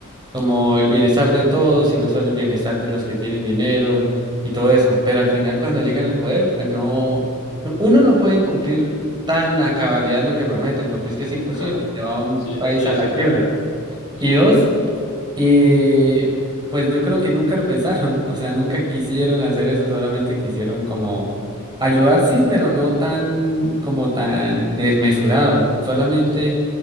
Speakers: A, on the right; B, on the left.
A: como el bienestar de todos y no solo el bienestar de los que tienen dinero y todo eso. Pero al final cuando llegan al poder, pues no, no- uno no pueden cumplir tan a cabalidad lo que prometen, porque es que es imposible,
B: Claro,
A: se va a un
B: sí,
A: país
B: e- sí
A: a
B: es
A: la quiebra.
B: irreal, exactamente,
A: Y dos, y pues yo creo que nunca lo pensaron, <laughs> o sea, nunca quisieron hacer eso, solamente quisieron como ayudar, sí, pero no tan como tan desmesurado, solamente